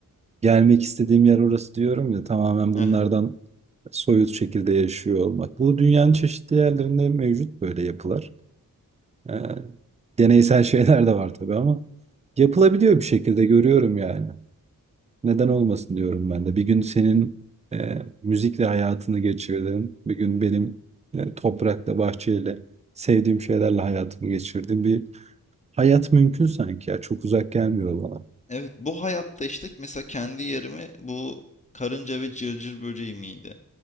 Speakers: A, on the right; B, on the left.
A: gelmek istediğim yer orası diyorum ya tamamen
B: Aha.
A: bunlardan soyut şekilde yaşıyor olmak. Bu dünyanın çeşitli yerlerinde mevcut böyle yapılar. E, deneysel şeyler de var tabii ama yapılabiliyor bir şekilde görüyorum yani. Neden olmasın diyorum ben de. Bir gün senin e, müzikle hayatını geçirdim. Bir gün benim e, toprakla, bahçeyle, sevdiğim şeylerle hayatımı geçirdim. Bir hayat mümkün sanki ya. Çok uzak gelmiyor bana.
B: Evet bu hayatta işte mesela kendi yerimi bu karınca ve cırcır böceği miydi?